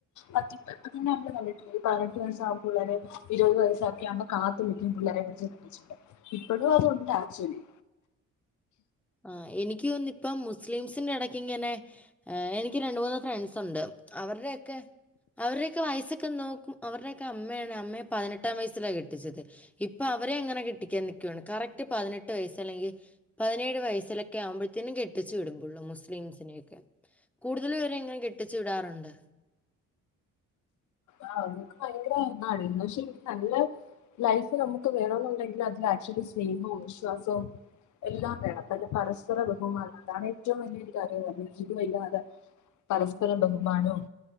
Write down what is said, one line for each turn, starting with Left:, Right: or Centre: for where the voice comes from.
Left: അന്നെ നമ്മള് കണ്ടിട്ടില്ലേ പതിനെട്ട് വയസ്സ പിള്ളേരെ ഇരുപത് വയസ്സാക്കാകുമ്പോൾ കാത്ത് നി പിള്ളേരെ പിടിച്ചു കെട്ടിച്ചിട്ട്, ഇപ്പളും അതുണ്ട് ആക്ച്വലി
Centre: ആ എനിക്ക് തോന്നി ഇപ്പം മുസ്ലിംസിന്റെ ഇടയ്ക്ക് ഇങ്ങനെ എനിക്ക് രണ്ട് മൂന്ന് ഫ്രണ്ട്സ് ഉണ്ട് അവരുടെ ക്കെ അവരുടെക്കെ വയസ ന അവരുടെക്കെ അമ്മ അമ്മയ പതിനെട്ടാം വയസിലാണ് കെട്ടിച്ചത്. ഇപ്പൊ അവരെ അങ്ങനെ കെട്ടിക്കാൻ നിക്കാണ് കറക്റ്റ് പതിനെട്ട് വയസ്സ് അല്ലെങ്കിൽ പതിനെ വയസൊക്കെ ആകുമ്പോഴത്തേും കെട്ടു വിടും പോലും മുസ്ലിംസിനെയൊക്കെ കൂടുതൽ ഇവരെ ഇങ്ങനെ കെട്ടിച്ചു വിടാറുണ്ട്
Left: ആ അതൊക്കെ ഭയങ്കരാണ് പക്ഷെ എനിക്ക് നല്ല ലൈഫ് നമുക്ക് വേണെന്നുണ്ടെങ്കിൽ അതിൽ ആക്ച്വലി സ്നേഹവും വിശ്വാസവും എല്ലാം വേണം അപ്പം പരസ് ബഹുമാനം അതാണ് ഏറ്റവും വലിയരു കാര്യം <inaudible> പരസ്പര ബഹുമാനവും